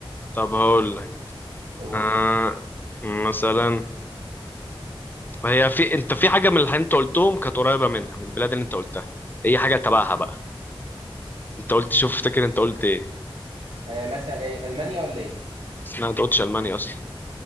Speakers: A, on the left; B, on the right.
A: طب هقول لك
B: اقول
A: آه مثلا هي في انت في حاجة من اللي انت قلتهم كانت قريبة منها من البلاد اللي انت قلتها هي حاجة تبعها بقى انت قلت شوف افتكر انت قلت ايه
B: آه مثلا ايه المانيا ولا ايه
A: لا انت قلتش ألمانيا اصلا